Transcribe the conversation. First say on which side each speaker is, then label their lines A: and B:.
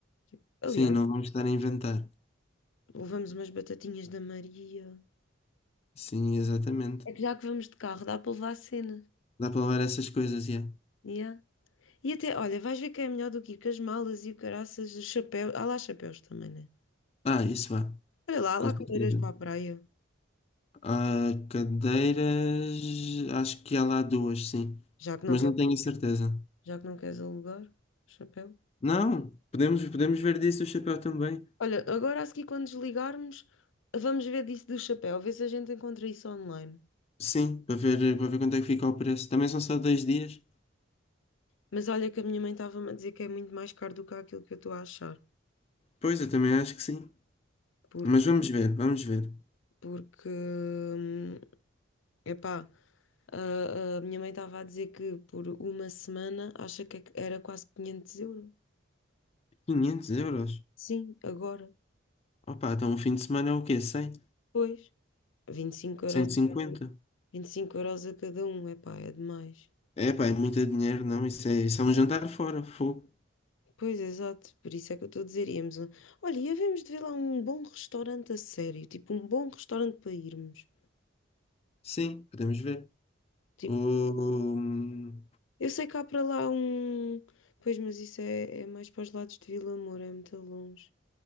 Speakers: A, on the left; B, on the left.
A: tipo, Aliás,
B: Sim, não vamos estar a inventar.
A: Levamos umas batatinhas da Maria.
B: Sim, exatamente.
A: É que já que vamos de carro, dá para levar a cena.
B: Dá para levar essas coisas, yeah.
A: Yeah. E até, olha, vais ver que é melhor do que ir com as malas e o caraças, os chapéus. Há lá chapéus também, né?
B: Ah, isso vá,
A: Olha lá, há
B: com
A: lá
B: certeza.
A: cadeiras para a praia.
B: Ah, cadeiras, acho que há lá duas, sim.
A: Já que não
B: Mas
A: quer,
B: não tenho a certeza.
A: já que não queres alugar, chapéu.
B: Não, podemos, podemos ver disso o chapéu também.
A: Olha, agora a seguir, quando desligarmos, vamos ver disso do chapéu, ver se a gente encontra isso online.
B: Sim, para ver, para ver quanto é que fica o preço. Também são só dois dias.
A: Mas olha que a minha mãe estava-me a dizer que é muito mais caro do que aquilo que eu estou a achar.
B: Pois, eu também acho que sim.
A: Por,
B: Mas vamos ver, vamos ver.
A: porque. hum, Epá, a, a minha mãe estava a dizer que por uma semana acha que era quase 500 euros.
B: quinhentos euros?
A: Sim, agora.
B: Opa, então um fim de semana é o quê? 100?
A: Pois, 25 euros
B: 150?
A: a cada, 25 euros a cada um, epá, é demais.
B: É pá, é muito dinheiro, não. Isso é, isso é um jantar fora, fogo.
A: Pois, exato, por isso é que eu estou a dizer, íamos a... Olha, e havemos de ver lá um bom restaurante a sério, tipo um bom restaurante para irmos.
B: Sim, podemos ver.
A: Tipo,
B: O, hum,
A: eu sei que há para lá um... Pois, mas isso é, é mais para os lados de Vila Moura, é muito longe.